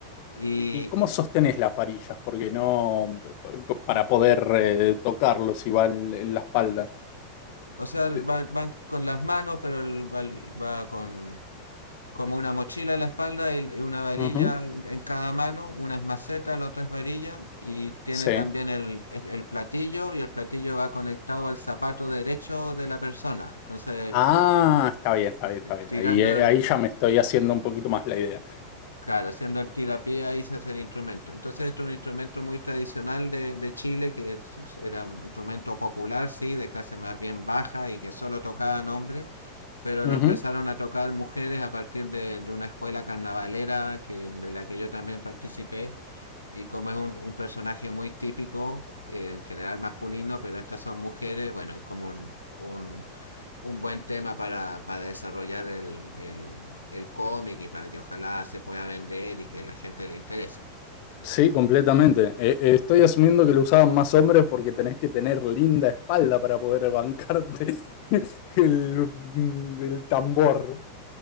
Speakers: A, on the left (about 80°); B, on the left (about 45°).
A: Y,
B: ¿Y cómo
A: y-
B: sostenés las varillas? Porque no, para poder eh, tocarlos igual en la espalda.
A: o sea, va-
B: Eh,
A: van, con las manos, pero va, va con, como una mochila en la espalda y una varilla
B: ujú,
A: en cada mano, una es maceta, la otra es varilla, y tiene
B: sí.
A: también el, el platillo, y el platillo va conectado al zapato derecho de la persona. Entonces,
B: Ah,
A: el- el-
B: está bien, está bien, está bien.
A: tirando
B: Ahí, eh,
A: el-
B: ahí ya me estoy haciendo un poquito más la idea.
A: Claro, haciendo el tirapié ahí se hace el instrumento. Entonces, esto es un instrumento muy tradicional de, de Chile, que es- era un instrumento popular, sí, de clase más bien baja y que solo tocaban hombres, pero
B: Ujú,
A: lo empezaron a tocar mujeres a partir de, de una escuela carnavalera que, de la que yo también participé. Y como es un, un personaje muy típico, eh, en general masculino, pero estas son mujeres, bueno, es como un, un un buen tema para, para desarrollar el, el, el cómic y para que ojalá se pueda vender y que la gente le interese.
B: Sí, completamente. Eh, eh, estoy asumiendo que lo usaban más hombres porque tenés que tener linda espalda para poder bancarte <laughs> el, mm, el tambor.